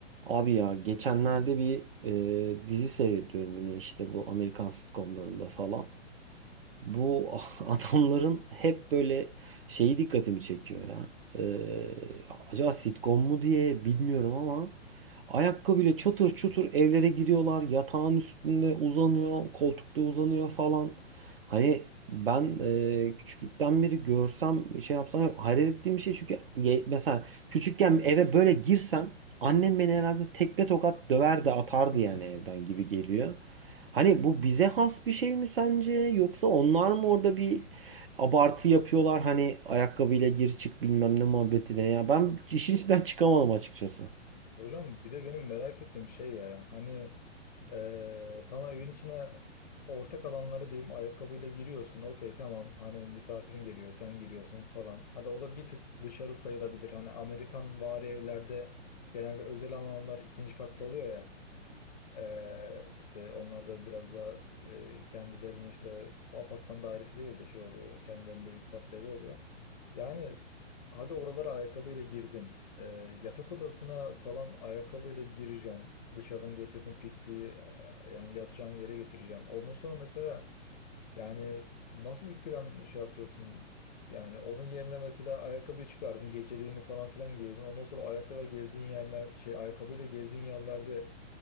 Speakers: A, on the right; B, on the left.
A: Abi ya geçenlerde bir e, dizi seyrediyorum yine işte bu Amerikan sitcomlarında falan. Bu <laughs> adamların hep böyle şeyi dikkatimi çekiyor ya. E, acaba sitcom mu diye bilmiyorum ama ayakkabıyla çatır çutur evlere giriyorlar. Yatağın üstünde uzanıyor, koltukta uzanıyor falan. Hani ben e, küçüklükten beri görsem şey yapsam hep hayret ettiğim bir şey çünkü ye- mesela küçükken eve böyle girsem Annem beni herhalde tekme tokat döverdi atardı
B: <laughs>
A: yani evden gibi geliyor. Hani bu bize has bir şey mi sence yoksa onlar mı orada bir abartı yapıyorlar hani ayakkabıyla gir çık bilmem ne muhabbetine ya ben işin içinden çıkamadım açıkçası.
B: Hocam bir de benim merak ettiğim şey ya hani eee tamam evin içine ortak alanları diyeyim ayakkabıyla giriyorsun okey tamam hani misafirin geliyor sen giriyorsun falan. Hadi o da bir tık dışarı sayılabilir hani Amerikan vari evlerde genelde özel alanlar ikinci katta oluyor ya. Ee, işte onlar da biraz daha e, kendilerinin işte apartman dairesi değil de şey oluyor. Kendilerinin böyle iki katlı evi oluyor. Yani hadi oralara ayakkabıyla girdin. Ee, yatak odasına falan ayakkabıyla gireceksin. Dışarıdan getirdin pisliği e, yani yatacağın yere getireceksin. Ondan sonra mesela yani nasıl bir plan şey yapıyorsun? Yani onun yerine mesela ayakkabı çıkardın, geceliğini falan filan giydin. Ondan sonra ayakkabıyla gezdiğin yerler, şey ayakkabıyla gezdiğin yerlerde